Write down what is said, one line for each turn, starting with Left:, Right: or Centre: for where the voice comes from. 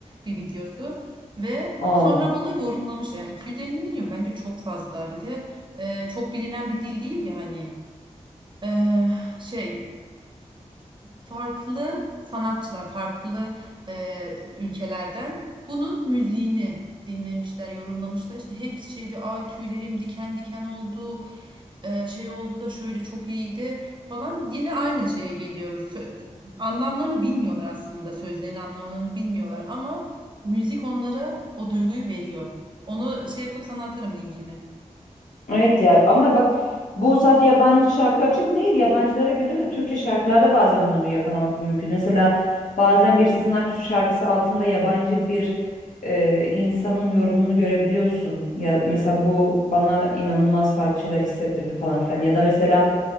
Right: bir videosu ve
Left: Aa.
Right: sonra bunu yorumlamış. Yani 250 milyon bence çok fazla. Bir de e, çok bilinen bir dil değil ya hani E, şey farklı sanatçılar, farklı e, ülkelerden bunun müziğini dinlemişler, yorumlamışlar. İşte hepsi şeydi, ay tüylerim diken diken oldu, e, şey oldu da şöyle çok iyiydi falan. Yine aynı şeye geliyoruz. Sö- anlamlarını bilmiyorlar aslında, sözlerin anlamlarını bilmiyorlar ama müzik onlara o duyguyu veriyor. Onu şey yapıp sana atarım linkini.
Left: Evet ya ama bak bu sadece yabancı şarkılar için değil yabancılara göre de Türkçe şarkılarda bazen bunu yakalamak mümkün. Mesela bazen bir Sezen Aksu şarkısı altında yabancı bir e, insanın yorumunu görebiliyorsun. Ya mesela bu bana inanılmaz farklı şeyler hissettirdi falan filan. Ya da mesela